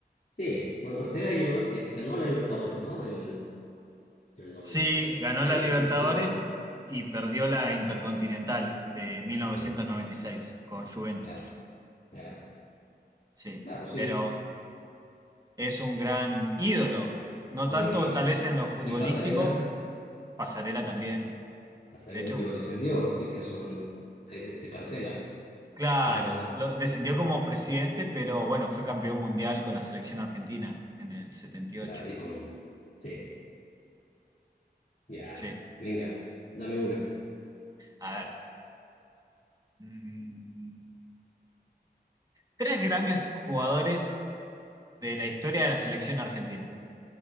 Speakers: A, on the left (about 60°); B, on the right (about 20°).
A: sí, bueno, Ortega llegó- eh, ganó la Libertadores, ¿no? Del, del noventa
B: Sí,
A: y seis
B: ganó la Libertadores
A: si no me equivoco.
B: y perdió la Intercontinental de mil
A: Sí,
B: novecientos
A: perdón.
B: noventa y seis con Juventus.
A: Ah, ah,
B: Sí,
A: claro, sí.
B: pero es un gran ídolo, no
A: Bueno,
B: tanto
A: y,
B: tal
A: y
B: vez en lo futbolístico,
A: y Pasarela,
B: Pasarela también.
A: Pasarela
B: De hecho,
A: aunque lo descendió, así que son, ahí se cancela.
B: claro,
A: Una buena.
B: se- lo- descendió como presidente, pero bueno, fue campeón mundial con la selección argentina en el setenta y
A: Claro,
B: ocho
A: y con... Sí, ya.
B: Sí.
A: Venga, dame una.
B: A ver, mm, tres grandes jugadores de la historia de la selección argentina.